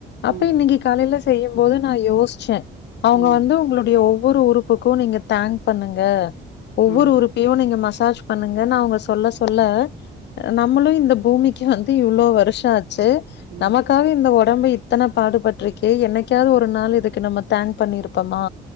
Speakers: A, on the left; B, on the right.
A: அப்ப
B: ம்
A: இன்னைக்கி காலைல செய்யும் போது நா யோஸ்ச்சே அவுங்க
B: ம்
A: வந்து உங்களுடைய ஒவ் வொரு உறுப்புக்கு நீங்க தேங்க் பண்ணுங்க ஒவ்வொரு
B: ம்
A: உறுப்பயு நீங்க மசாஜ் பண்ணுங்கனு அவுங்க சொல்ல சொல்ல நம்மளு இந்த பூமிக்கு வந்து இவ்ளோ வருஷோ ஆச்சு
B: ம்
A: நமக்காக இந்த உடம்பு இத்தன பாடுபட்ருக்கே என்னைக்காவது ஒரு நாள் இதுக்கு நம்ம தேங்க் பண்ணிருப்போமா